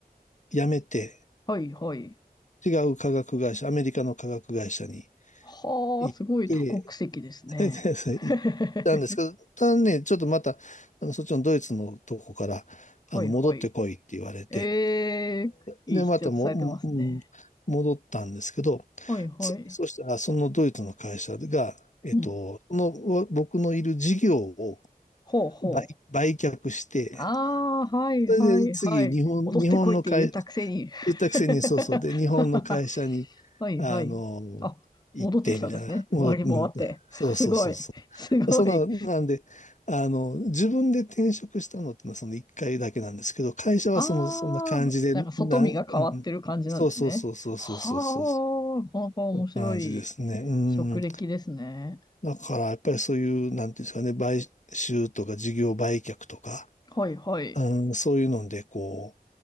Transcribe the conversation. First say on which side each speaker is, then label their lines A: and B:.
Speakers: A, on the left (about 50°); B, on the left (about 25°).
A: 辞めて、
B: はいはい。
A: 違う化学会社、アメリカの化学会社に
B: はあ、
A: 行って、
B: すごい多国籍ですね。
A: <laughs> 行ったんですけど、
B: <laughs>
A: ただね、ちょっとまた、あの、そっちのドイツのとこから、
B: はいはい。
A: あの、戻ってこいって言われて、
B: ええいい必要とされてますね。
A: で、またも、も戻ったんですけど、
B: はいはい。
A: 次、そしたら、そのドイツの会社が、えっと、
B: うん。
A: その、僕のいる事業を
B: ほうほう。
A: 売、売却して、
B: ああ、はいはいはい。
A: それで次、日本、
B: 戻ってこいって言ったくせに。
A: 日本の会、言ったくせに、
B: <laughs>
A: そうそう。で、日本の会社に、
B: はいはい。
A: あの、
B: あ、
A: 行って、
B: 戻ってきたんですね。
A: みたいな。もう、
B: 回り回って。
A: うん、そうそうそうそ
B: すごい。すごい。
A: う。そんな、なんで、あの、自分で転職したのってのはその一回だけなんですけど、会社はその、
B: ああ、
A: そんな感じで、
B: なんか外見が変わってる感じなんですね。
A: なん、うん、そうそうそうそうそうそうそう。
B: は
A: そ
B: あ、はあ、面白い
A: んな感じですね。うん。
B: 職歴ですね。
A: だから、やっぱりそういう、なんていうんですかね、買収とか事業売却とか、
B: はいはい。
A: うん、そういうので、こ